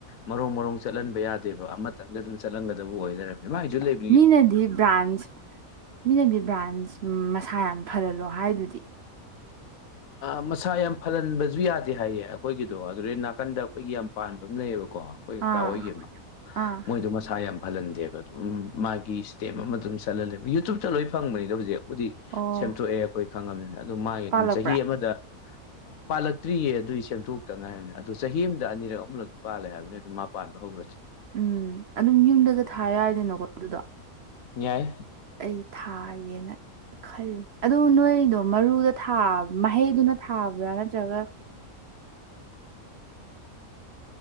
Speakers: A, on the left; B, on the right.
A: ꯃꯔꯣꯡ ꯃꯔꯣꯡ ꯆꯠꯍꯟꯕ ꯌꯥꯗꯦꯕ ꯑꯃ ꯃꯊꯥꯜꯗ ꯑꯗꯨꯝ ꯆꯠꯍꯥꯜꯒꯗꯕ ꯑꯣꯏ ꯂꯩꯔꯝꯃꯦ ꯃꯥꯒꯤꯁꯨ ꯂꯩ
B: ꯃꯤꯅꯗꯤ ꯕ꯭ꯔꯥꯟꯁ ꯃꯤꯅꯗꯤ ꯕ꯭ꯔꯥꯟꯁ ꯃꯁꯥ ꯌꯥꯝ ꯐꯜꯍꯜꯂꯣ ꯍꯥꯏꯗꯨꯗꯤ
A: ꯃꯁꯥ ꯌꯥꯝ ꯐꯜꯍꯟꯕꯁꯨ ꯌꯥꯗꯦ ꯍꯥꯏꯌꯦ ꯑꯩꯈꯣꯏꯒꯤꯗꯣ ꯑꯗꯨꯗꯩ ꯅꯥꯀꯟꯗ ꯑꯩꯈꯣꯏꯒꯤ ꯌꯥꯝ ꯄꯥꯟꯕ ꯑꯃ ꯂꯩꯌꯦꯕꯀꯣ ꯑꯩꯈꯣꯏ ꯀꯀꯥ
B: ꯑꯥ
A: ꯍꯣꯏꯒꯤ ꯑꯃ
B: ꯑꯥ
A: ꯃꯣꯏꯗꯣ ꯃꯁꯥ ꯌꯥꯝ ꯐꯍꯟꯗꯦꯕ ꯑꯗꯨꯝ ꯃꯥꯒꯤ ꯇꯦꯞ ꯑꯃ ꯑꯗꯨꯝ ꯆꯠꯍꯜꯂꯦꯕ ꯌꯨꯇ꯭ꯌꯨꯕꯇ ꯂꯣꯏ ꯐꯪꯕꯅꯤꯗ ꯍꯧꯖꯤꯛꯕꯨꯗꯤ
B: ꯑꯣ
A: ꯁꯦꯝꯗꯣꯛꯑꯦ ꯑꯩꯈꯣꯏ ꯈꯪꯉꯕꯅꯤꯅ ꯑ ꯑꯗꯨ ꯃꯥꯒꯤ
B: ꯄꯥꯜꯂꯛꯄ꯭ꯔꯥ
A: ꯑꯗꯨꯝ ꯆꯍꯤ ꯑꯃꯗ ꯄꯥꯜꯂꯛꯇ꯭ꯔꯤꯌꯦ ꯑꯗꯨꯗꯤ ꯁꯦꯝꯗꯣꯛꯇ ꯉꯥꯏꯔꯕꯅꯤ ꯑꯣ ꯆꯍꯤ ꯑꯃꯗ ꯑꯅꯤꯔꯛ ꯑꯍꯂꯛ ꯄꯥꯜꯂꯦ ꯍꯥꯏꯕꯅꯦ ꯑꯗꯨꯝ ꯄꯥꯟꯕ ꯍꯧꯈ꯭ꯔꯗꯤ
B: ꯎꯝ ꯑꯗꯨꯝ ꯌꯨꯝꯗꯒ ꯊꯥ ꯌꯥꯏꯗꯅꯀꯣ ꯑꯗꯨꯗꯣ
A: ꯌꯥꯏ
B: ꯑꯩ ꯊꯥꯒꯦꯅ ꯈꯜꯂꯤ ꯑꯗꯨ ꯅꯣꯏꯗꯣ ꯃꯔꯨꯗ ꯊꯥꯕ ꯃꯍꯩꯗꯨꯅ ꯊꯥꯕ꯭ꯔꯥ ꯅꯠꯇ꯭ꯔꯒ